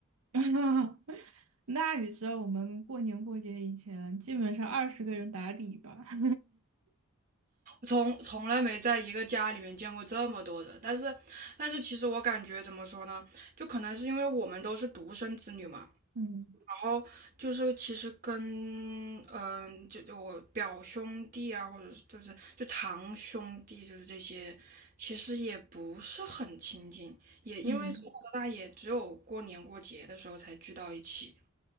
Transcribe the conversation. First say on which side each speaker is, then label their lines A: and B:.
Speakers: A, on the right (about 85°); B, on the right (about 40°).
A: <laughs> 那你知道我们过年过节以前，基本上二十个人打底吧？<laughs>
B: 从从来没在一个家里面见过这么多人，但是但是其实我感觉怎么说呢，就可能是因为我们都是独生子女嘛。
A: 嗯。
B: 然后就是其实跟嗯，就就我表兄弟啊，或者是就是就堂兄弟，就是这些，其实也不是很亲近，也因为从小到大也只有过年过节的时候才聚到一起。
A: 嗯。